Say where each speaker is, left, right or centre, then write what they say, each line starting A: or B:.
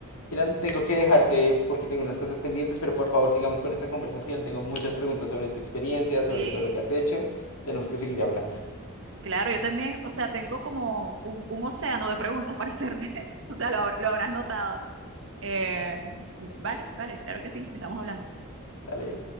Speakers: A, on the left; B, on the right.
A: Irán, tengo que dejarte porque tengo unas cosas pendientes, pero por favor sigamos con esta conversación, tengo muchas preguntas sobre tu experiencia,
B: Sí,
A: sobre todo lo que has hecho, tenemos que seguir hablando.
B: Claro, yo también, o sea, tengo como un, un océano de preguntas para hacerte. <laughs> O sea, lo, habrá- lo habrás notado, ¿no? Eh, vale, vale, claro que sí, estamos hablando.
A: Dale.